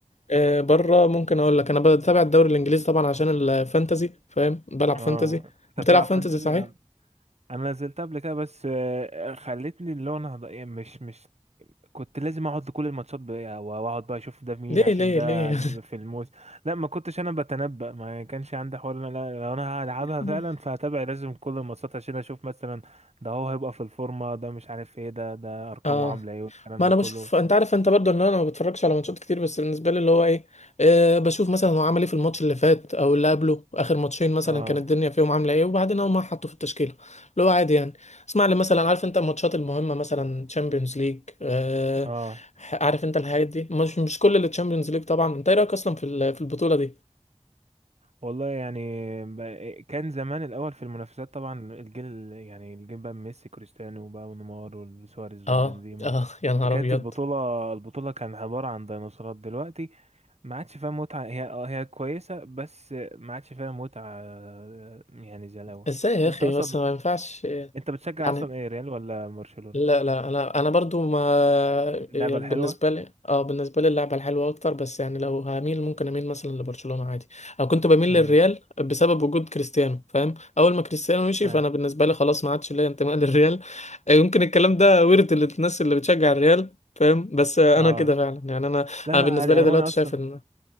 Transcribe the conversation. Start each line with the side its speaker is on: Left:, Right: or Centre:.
Left: آه، بره ممكن اقول لك انا بتابع الدوري الانجليزي طبعا عشان الفانتازي فاهم بلعب
Right: اه
Left: فانتازي
Right: انت
Left: بتلعب
Right: بتلعب
Left: فانتازي
Right: فانتزي
Left: صحيح
Right: اه انا نزلت قبل كده بس آه، خلتني اللي هو انا هض- مش مش كنت لازم اقعد لكل الماتشات بقى واقعد بقى اشوف ده مين
Left: ليه
Right: عشان
Left: ليه
Right: ده
Left: ليه
Right: في الموس لا ما كنتش انا بتنبأ ما كانش عندي حوار إن انا لا لو انا هلعبها
Left: <laughs>
Right: فعلا فهتابع لازم كل الماتشات عشان اشوف مثلا ده هو هيبقى في الفورمة ده مش عارف ايه ده ده ارقامه
Left: اه
Right: عاملة ايه والكلام
Left: ما
Right: ده
Left: انا
Right: كله
Left: بشوف
Right: ف...
Left: انت عارف انت برضو ان انا ما بتفرجش على ماتشات كتير بس بالنسبه لي اللي هو ايه أه بشوف مثلا هو عمل ايه في الماتش اللي فات او اللي قبله اخر ماتشين مثلا
Right: اه
Left: كانت الدنيا فيهم عامله ايه وبعدين اول ما حطه في التشكيله اللي هو عادي يعني اسمع لي مثلا عارف انت الماتشات المهمه مثلا تشامبيونز ليج أه
Right: اه
Left: عارف انت الحاجات دي مش مش كل اللي تشامبيونز ليج طبعا انت ايه رايك اصلا في ال- في البطوله دي
Right: والله يعني ب- كان زمان الاول في المنافسات طبعا الجيل يعني الجيل بقى ميسي كريستيانو بقى ونيمار وسواريز
Left: اه
Right: وبنزيما
Left: اه يا نهار
Right: فكانت
Left: ابيض
Right: البطولة البطولة كان عبارة عن ديناصورات دلوقتي ما عادش فيها متعة هي اه هي كويسة بس ما عادش فيها متعة آه، يعني زي الأول
Left: ازاي يا
Right: انت
Left: اخي
Right: اصلا
Left: بس ما ينفعش
Right: انت بتشجع
Left: يعني
Right: اصلا ايه ريال ولا برشلونة
Left: لا لا انا انا برضو ما
Right: اللعبة
Left: يعني
Right: الحلوة
Left: بالنسبه لي اه بالنسبه لي اللعبه الحلوه اكتر بس يعني لو هميل ممكن اميل مثلا لبرشلونه عادي انا كنت بميل
Right: امم
Left: للريال بسبب وجود كريستيانو فاهم اول ما كريستيانو مشي
Right: اه
Left: فانا بالنسبه لي خلاص ما عادش ليا انتماء <laughs> للريال آه، يمكن الكلام ده ورد اللي- الناس اللي بتشجع الريال فاهم بس آه،
Right: اه
Left: انا كده فعلا يعني انا
Right: لا
Left: انا
Right: لا
Left: بالنسبه
Right: عادي
Left: لي
Right: انا
Left: دلوقتي
Right: وانا اصلا
Left: شايف ان